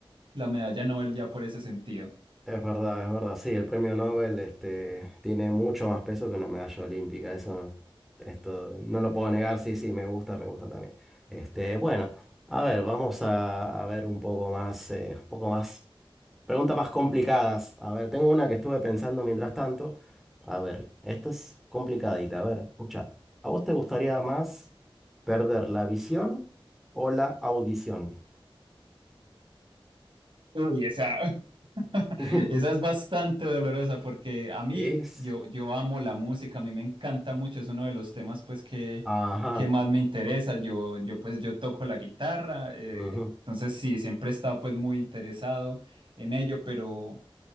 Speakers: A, on the right (about 60°); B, in the centre.
A: la medalla Nobel ya por ese sentido.
B: es verdad, es verdad. Sí, el premio Nobel este, tiene mucho más peso que una medalla olímpica. Eso no, esto, no lo puedo negar. Sí, sí, me gusta, me gusta también. Este, bueno, a ver, vamos a, a ver un poco más, eh, un poco más, preguntas más complicadas. A ver, tengo una que estuve pensando mientras tanto. A ver, esta es complicadita. A ver, escucha. ¿A vos te gustaría más perder la visión o la audición?
A: Uy, esa, <laughs>
B: <laughs>
A: esa es bastante dolorosa porque a mí,
B: Es
A: yo, yo amo la música, a mí me encanta mucho, es uno de los temas pues que,
B: Ajá.
A: que más me interesa. Yo, yo pues yo toco la guitarra, eh,
B: ujú,
A: entonces sí, siempre he estado pues muy interesado en ello, pero,